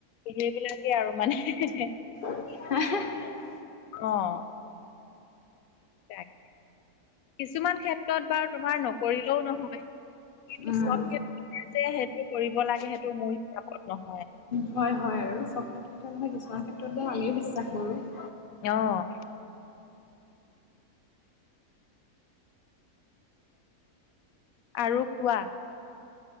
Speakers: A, on the left (about 75°); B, on the left (about 55°).
A: সেইবিলাকে আৰু মানে।
B: <inaudible>
A: অ'। তাক, কিছুমান ক্ষেত্ৰত বাৰ তোমাৰ নকৰিলেও নহয়, সেইবুলি
B: উম,
A: চব
B: উম,
A: ক্ষেত্ৰতে যে সেইটো কৰিব লাগে সেইট <unintelligible>
B: হয়, হয় আৰু, চব ক্ষেত্ৰতে নহয়, কিছুমান ক্ষেত্ৰত বাৰু আমিও বিশ্বাস কৰোঁ।
A: অ'। আৰু কোৱা?